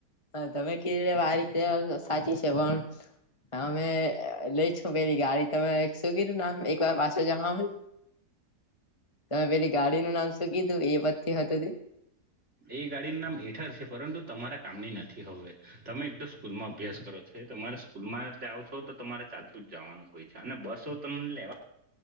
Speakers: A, on the left; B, on the right.
A: હા તમે કેવી રીતે આ રીતે સાચી છે પણ હા અમે લઈ છું પેલી ગાડી તમે શું કીધું નામ એક વાર પાછો જણવા મળ તમે પેલી ગાડીનું નામ શું કીધું એ પથી હતું ત
B: એ ગાડીનું નામ હઠળ છે પરંતુ તમારા કામની નથી હવે તમે એક તો સ્કૂલ માં અભ્યાસ કરો છો તમારે સ્કૂલમાં આવો છો તો તમારે ચાલતું જ જવાનું હોય અને બસો તમને લેવા